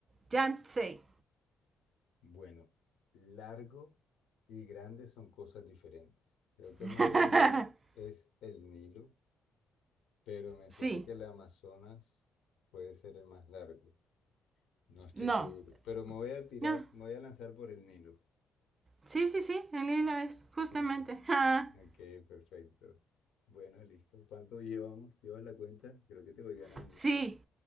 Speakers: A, on the right; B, on the left.
A: Yangtze.
B: Bueno, largo y grande son cosas diferentes. Creo que el
A: <laughs>
B: más grande es el Nilo, pero me
A: sí.
B: suena que el Amazonas puede ser el más largo. No estoy
A: No.
B: seguro, pero me voy a tirar,
A: No.
B: me voy a lanzar por el Nilo.
A: Sí, sí, sí. El Nilo es. Justamente.
B: Sí, sí.
A: <laughs>
B: Ok, perfecto. Bueno, listo. ¿Cuánto llevamos? ¿Llevas la cuenta? Creo que te voy ganando.
A: Ah, sí.